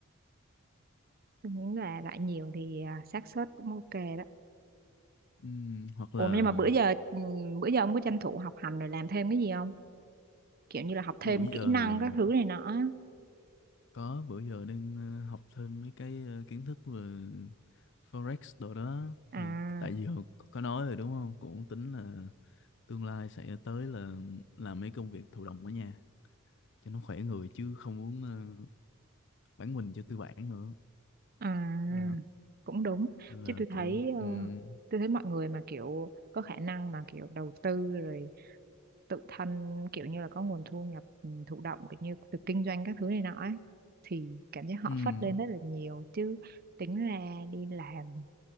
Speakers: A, on the right; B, on the left.
A: tôi nghĩ là rải nhiều thì à, xác suất cũng ok đó
B: ừ. hoặc
A: Ủa
B: là
A: nhưng mà bữa giờ ừm, bữa giờ ông có tranh thủ học hành rồi làm thêm cái gì không? Kiểu như là học thêm
B: bữa giờ
A: kỹ năng
B: thì
A: các thứ này nọ. á.
B: Có bữa giờ đang ờ, học thêm mấy cái ờ, kiến thức về Forex đồ đó thì
A: À
B: tại vì hồi có có nói rồi đúng không? Cũng tính là tương lai sẽ tới là làm mấy công việc thụ động ở nhà cho nó khỏe người chứ không muốn ờ, bán mình cho tư bản nữa.
A: à
B: Ờ,
A: cũng đúng.
B: nên
A: Chứ
B: là
A: tôi thấy
B: cũng
A: ờ,
B: ừm,
A: tôi thấy mọi người mà kiểu có khả năng mà kiểu đầu tư rồi tự thân kiểu như là có nguồn thu nhập ừm, thụ động kiểu như từ kinh doanh các thứ này nọ ấy thì cảm giác họ
B: ừm,
A: phất lên rất là nhiều chứ tính ra đi làm